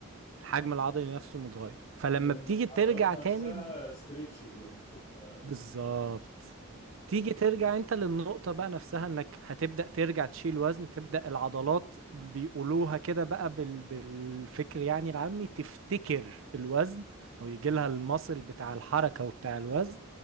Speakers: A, on the right; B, on the left.
A: الحجم العضلي نفسه متغير فلما
B: لان
A: بتيجي
B: العضلات
A: ترجع
B: نفسها
A: تاني
B: ستريتشد يعني بتبقى
A: بالظبط
B: امم
A: تيجي ترجع انت للنقطة بقى نفسها انك هتبدأ ترجع تشيل وزن تبدأ العضلات بيقولوها كده بقى بال... بالفكر يعني العامي تفتكر الوزن او يجي
B: امم
A: لها المصل بتاع الحركة وبتاع الوزن